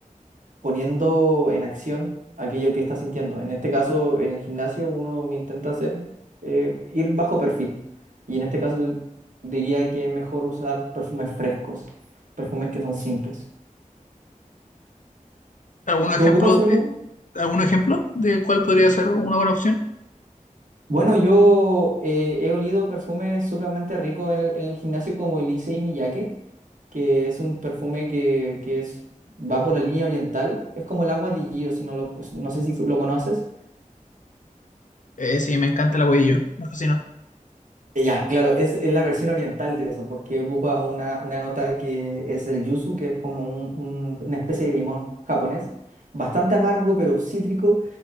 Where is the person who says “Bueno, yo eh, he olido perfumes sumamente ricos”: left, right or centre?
Right